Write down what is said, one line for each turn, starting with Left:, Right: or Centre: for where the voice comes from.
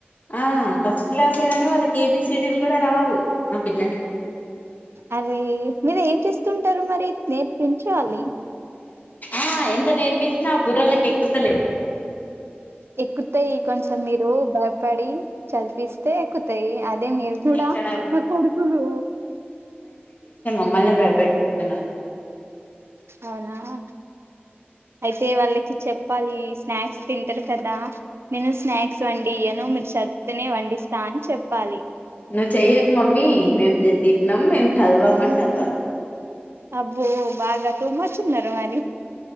Left: ఆ ఫస్ట్ క్లాసేగానీ వాళ్ళకి ఎబిసిడి లు గూడా రావు మా పిల్లలకి
Right: అరే మీరు ఏం చేస్ స్తుంటరు మరి నేర్పిం చాలి
Left: ఆ ఎంత నేర్పించినా ఆ బుర్రలకి ఎక్కుతలేవు
Right: ఎక్కుతాయి కొంచెం మీరు భయపడి చదిపిస్తే ఎక్కుతాయి అదే మీరు గూడా
Left: ఎక్కడ
Right: నా కొడుకులు
Left: ముమల్నే పెట్టిస్తున్నారు
Right: అవునా అయితే వాళ్ళకి చెప్పాలి స్నాక్స్ తింటారు కదా నేను స్నాక్స్ వండియ్యను మీరు చదివితేనే వండిస్తా అని చెప్పాలి
Left: నువ్వు చెయ్యకు మమ్మీ మేము తిన్నాం మేము చదవము అంటారు వాళ్ళు
Right: అబ్బో బాగా తుమ చిన్నారు మరి